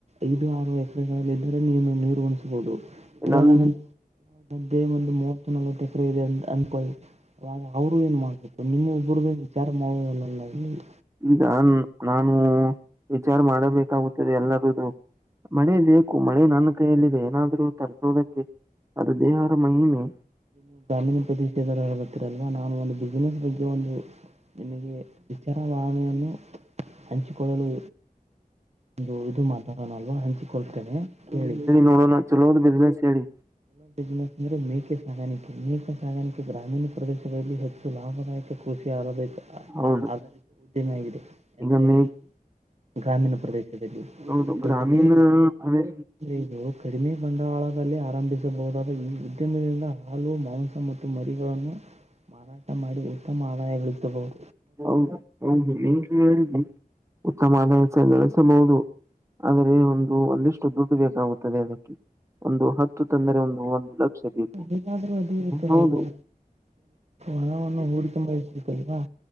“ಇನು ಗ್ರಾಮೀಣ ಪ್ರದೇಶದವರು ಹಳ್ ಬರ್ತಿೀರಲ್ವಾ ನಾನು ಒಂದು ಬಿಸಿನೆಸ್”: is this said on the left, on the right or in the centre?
Right